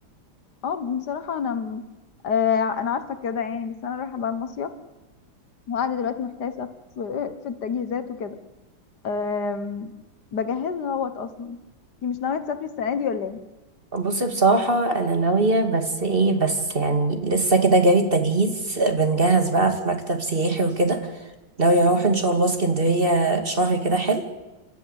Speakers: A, on the left; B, on the right.
A: اه بصراحه انا م- آه، انا عارفه كده يعني بس انا رايحه بقى المصيف وقاعده دلوقتي محتاسه في <laughs> في التجهيزات وكده آم، بجهزها اهوت اصلا انتي مش ناويه تسافري السنه دي ولا ايه
B: بصي بصراحة أنا ناوية بس إيه بس يعني لسه كده جاري التجهيز بنجهز بقى في مكتب سياحي وكده ناوية أروح إن شاء الله اسكندرية شهر كده حلو